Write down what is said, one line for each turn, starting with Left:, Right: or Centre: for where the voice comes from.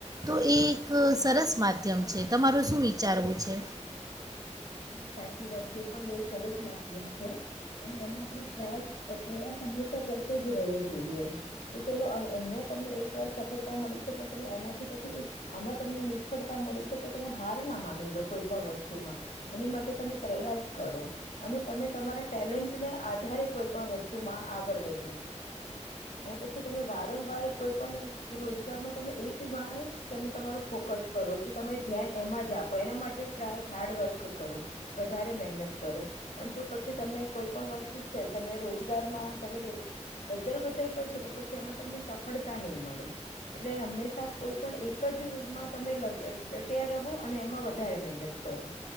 Right: તો એ એક સરસ મા ધ્યમ છે. તમારું શું વિચારવું છે?
Left: નહી નહી સાચી વાત છે. પણ બહુ સરસ નાથી એમ. અને એમાં આપણે ટ્રાય પ્રયાસ હંમેશા જ રહેવો જોઈએ. કે ચેલો અહિયાં તમને એક વાર સફળતા મળી છે પણ તમે એનાથી પછી આમાં તમને નિષ્ફળતા મળી છે તો તમે હાર ના માની લો કોઈ પણ વસ્તુમાં એની માટે તમે પ્રયાસ કરો અને તમે તમારા ટેલેન્ટને આધારે કોઈ પણ વસ્તુમાં આગળ વધો અને પછી તમે વારંવાર કોઈ પણ રોજગારમાં તમે એક વાર જ તમે તમારું ફોકસ કરો કે તમે ધ્યાન એમાં જ આપો એના માટે ટ્રાય હાર્ડવર્ક કરો તો વધારે મહેનત કરો પણ જો પછી તમે કોઈ પણ વસ્તુ છે તમે રોજગારમાં તમે બધર બધર કરશો તો પછી એમાં તમને સફળતા નહી મળે એટલે હંમેશા કોઈ પણ એક જમાં તમે ડટ્યા રહો અને એમાં વધારે મહેનત કરો